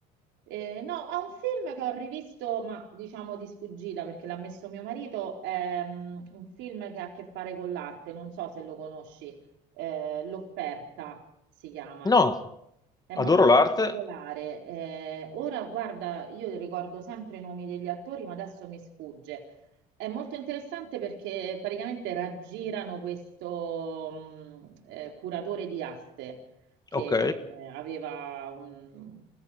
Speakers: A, on the right; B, on the left.
A: Eh, no, ha un film che ho rivisto, ma diciamo di sfuggita perché l'ha messo mio marito, è mm, un film che ha a che fare con l'arte, non so se lo conosci, eh, L'offerta si chiama.
B: No,
A: È molto
B: adoro
A: particolare.
B: l'arte,
A: eh, ora, guarda, io ricordo sempre i nomi degli attori, ma adesso mi sfugge. È molto interessante perché praticamente raggirano questo mh, eh, curatore di aste che
B: ok.
A: eh, aveva un,